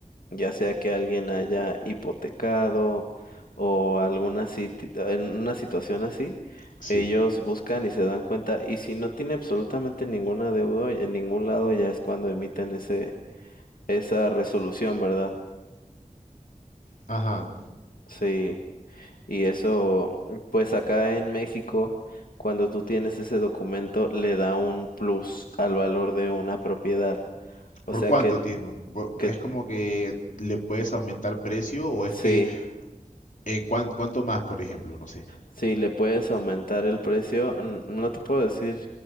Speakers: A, on the left; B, on the left.
A: ya sea que alguien haya hipotecado o alguna siti- en una situación así,
B: sí.
A: ellos buscan y se dan cuenta, y si no tiene absolutamente ninguna deuda en ningún lado, ya es cuando emiten ese, esa resolución, ¿verdad?
B: Ajá.
A: Sí, y eso, pues acá en México, cuando tú tienes ese documento, le da un plus al valor de una propiedad. O
B: ¿Por
A: sea
B: cuánto
A: que,
B: tiempo? Bu-
A: que
B: ¿Es como que le puedes aumentar precio o es
A: sí.
B: que eh, cuán- cuánto más, por ejemplo? No sé.
A: Si le puedes aumentar el precio, n- no te puedo decir